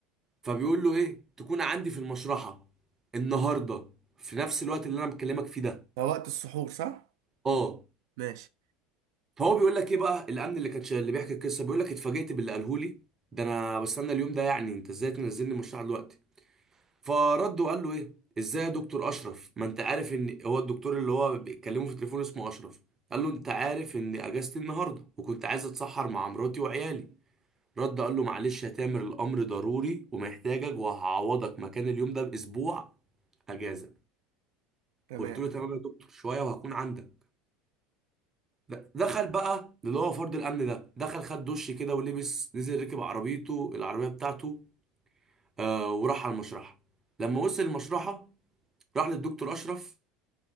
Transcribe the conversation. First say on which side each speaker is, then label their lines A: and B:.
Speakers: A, on the right (about 15°); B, on the right (about 80°).
A: فبيقول له ايه تكون عندي في المشرحه النهارده في نفس الوقت اللي انا بكلمك فيه ده
B: ده وقت السحور صح؟
A: اه
B: ماشي
A: فهو بيقول لك ايه بقى الامن اللي كان شا- اللي بيحكي القصه بيقول لك اتفاجئت باللي قاله لي ده انا بستنى اليوم ده يعني انت ازاي تنزلني المشرحه دلوقتي فرد وقال له ايه ازاي يا دكتور اشرف ما انت عارف ان هو الدكتور اللي هو بيتكلمه في التليفون اسمه اشرف قال له انت عارف ان اجازتي النهارده وكنت عايز اتسحر مع مراتي وعيالي رد قال له معلش يا تامر الامر ضروري ومحتاجك وهعوضك مكان اليوم ده باسبوع اجازه
B: تمام
A: قلت له تمام يا دكتور شويه وهكون عندك د- دخل بقى اللي هو فرد الامن ده دخل خد دش كده ولبس نزل ركب عربيته العربيه بتاعته آه وراح على المشرحه لما وصل المشرحه راح للدكتور اشرف